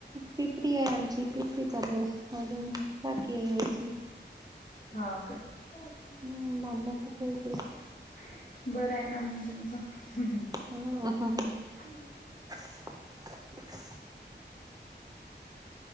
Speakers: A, on the right; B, on the left.
A: पिपरी आहे आमची पिपरी चालू आहे अजून बाकी आहे याची <unintelligible>
B: हा ओके <unintelligible>
A: हम्म बांधण्यात
B: बरं आहे ना मग तुमचं <unintelligible>
A: ह <unintelligible>